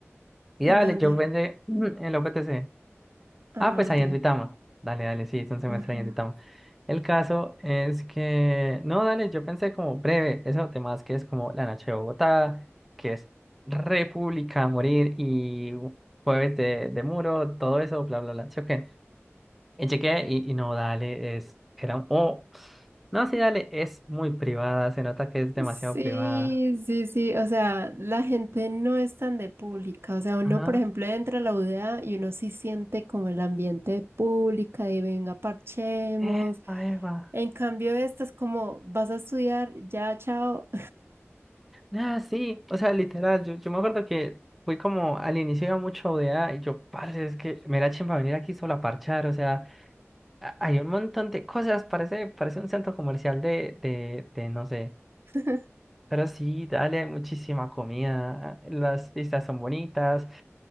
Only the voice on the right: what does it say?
¿En
dónde?
Ah,
ya.
Ajá.
Sí,
sí, sí, o sea, la gente no es tan de pública, o sea, uno,
por ejemplo, entra a la UDA y uno sí siente como el ambiente de pública y venga, parchemos.
En cambio, esta es como, vas a estudiar, ya, chao.
<laughs>